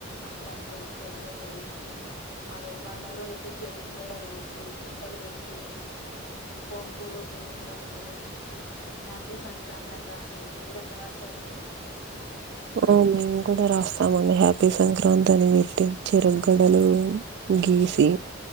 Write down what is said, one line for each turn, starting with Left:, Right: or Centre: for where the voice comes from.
Left: అట్లాంటివం పెద్ద పెద్దవి అదే పండుగ రోజైతే చెరుకుగడలు ఏసి కుండలు పెట్టి పొంగు పొంగినట్లు హ్యాపీ సంక్రాంతి అని రాసేది మీరు ఎట్లా రాస్తారండి?
Right: ఆ మేము గూడా రాస్తామండి హ్యాపీ సంక్రాంతి అని బెట్టి చెరుకుగడలు గీసి